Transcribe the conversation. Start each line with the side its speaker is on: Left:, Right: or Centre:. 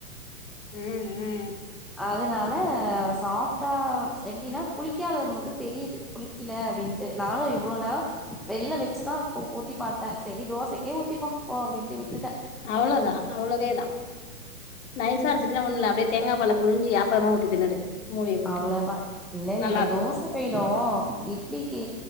Left: ம் ம்
Centre: அதனால சாஃப்டா எப்டின்னா புளிக்காததுமாத தெரியுது புளிக்கல அப்டின்னுட்டு நானு இவ்ளோ நேரோ வெள்ல வச்சுதா ஊத்தி பாத்த சரி தோசைக்கே ஊத்திப்போ போ அப்டின்ட்டு விட்டுட்ட
Left: அவ்ள அவ்ளோவே தா நைசா அரச்சிட்டுன ஒண்ணு இல்ல அப்டே தேங்கா பால புழிஞ்சு ஆப்பமா ஊத்தி தின்னுடு மூடிய போட்டு.
Centre: அவ்ளோதா இல்ல இல்ல
Left: நல்லாருக்கும்.
Centre: இங்க தோச போய்டு இட்லிக்கு